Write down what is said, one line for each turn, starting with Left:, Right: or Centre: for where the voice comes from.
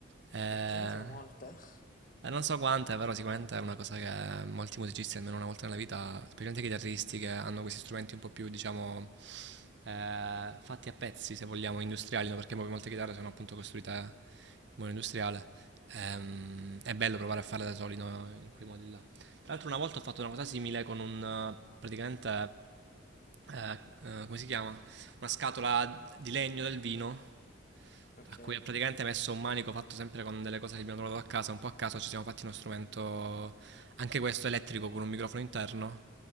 Right: Eh,
Left: Perché sono molte? <laughs>
Right: eh, non so quante, però sicuramente è una cosa che molti musicisti, almeno una volta nella vita, specialmente i chitarristi che hanno questi strumenti un po' più, diciamo, eh, fatti a pezzi, se vogliamo, industriali, no? perché molte chitarre sono appunto costruite in modo industriale. Ehm, è bello provare a farle da soli no? in quei modi là. Tra l'altro una volta ho fatto una cosa simile con un eh, praticamente eh, eh, come si chiama? Una scatola di legno del vino
Left: Ok.
Right: a cui ho praticamente messo un manico fatto sempre con delle cose che abbiamo trovato a casa, un po' a caso ci siamo fatti uno strumento anche questo elettrico con un microfono interno